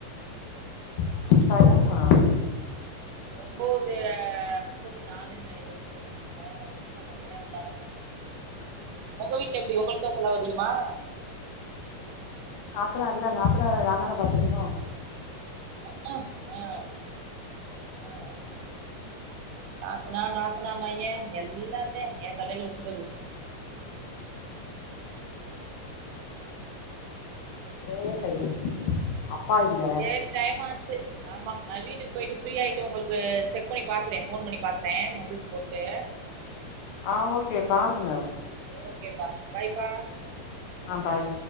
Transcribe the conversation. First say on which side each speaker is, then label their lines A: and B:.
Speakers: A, on the left; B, on the right.
A: ஆஹ் டயம்மா
B: ஒன்போது முப்பத்தி நாலுன் நெனைக்கிற முப்பத்தஞ்சு ஆஹ் நீ என்ன கொஞ்ச நேரோந் தானே உங்க வீட்டுல எப்டி உங்களுக்குதா செலவு அதிகமா
A: நாத்தநார் இல்ல நாத்தநார நா தானே பாத்துக்கணு
B: உக்கு ஹ் ஹ் நாத்தனா நாத்தனா மயே எல்லாந்தே என் தலையில விழுந்தது
A: ஒரே பைய அப்பா இல்ல
B: சேரி டைம் ஆச்சு ஆமா நா வீட்டுக்கு போய்ட்டு ஃப்ரீயாய்ட்டு உங்களுக்கு செக் பண்ணி பாக்குறே ஃபோன் பண்ணி பாக்குறே மெசேஜ் போட்டு
A: ஆ ஓகே பாருங்க
B: ஓகேப்பா பாய்ப்பா
A: ஆ பாய்